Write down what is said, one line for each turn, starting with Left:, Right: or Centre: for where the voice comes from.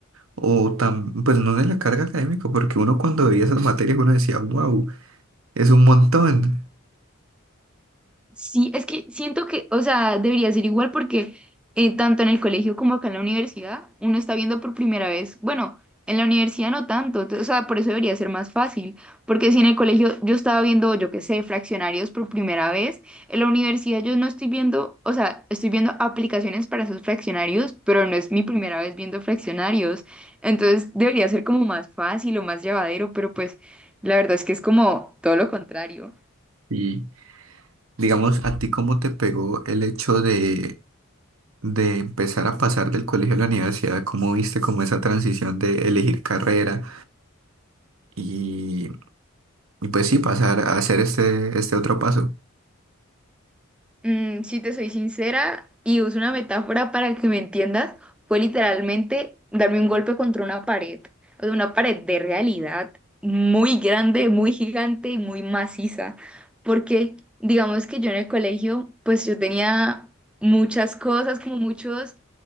Right: o tam- pues no de la carga académica, porque uno cuando veía esas materias uno decía, wow, es un montón.
Centre: Sí, es que siento que, o sea, debería ser igual porque eh, tanto en el colegio como acá en la universidad, uno está viendo por primera vez, bueno, en la universidad no tanto, t- o sea, por eso debería ser más fácil, porque si en el colegio yo estaba viendo, yo qué sé, fraccionarios por primera vez, en la universidad yo no estoy viendo, o sea, estoy viendo aplicaciones para esos fraccionarios, pero no es mi primera vez viendo fraccionarios, entonces debería ser como más fácil o más llevadero, pero pues la verdad es que es como todo lo contrario.
Right: Y digamos, ¿a ti cómo te pegó el hecho de... de empezar a pasar del colegio a la universidad, cómo viste como esa transición de elegir carrera y, y pues sí, pasar a hacer este, este otro paso.
Centre: Mm, si te soy sincera y uso una metáfora para que me entiendas, fue literalmente darme un golpe contra una pared, o sea, una pared de realidad muy grande, muy gigante y muy maciza, porque digamos que yo en el colegio, pues yo tenía muchas cosas, como muchos